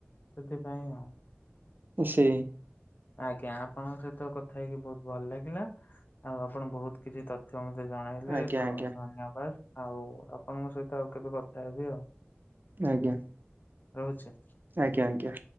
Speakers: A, on the left; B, on the right.
A: ସେଥିପାଇଁ ଆଉ
B: ସେ
A: ଆଜ୍ଞା ଆପଣ ସେ। କଥା ହେଇକି ବହୁତ ଭଲ ଲାଗିଲା ଆଉ ଆପଣ ବହୁତ କିଛି ତଥ୍ୟ ମତ ମତ ଜଣେଇଲେ
B: ଆଜ୍ଞା
A: ତ
B: ଆଜ୍ଞା
A: ଧନ୍ୟବାଦ ଆଉ ଆପଣଙ୍କ ସହିତ ଆଉ କେତେ କଥା ହେବ ଆଉ।
B: ଆଜ୍ଞା।
A: ରହୁଛି।
B: ଆଜ୍ଞା ଆଜ୍ଞା।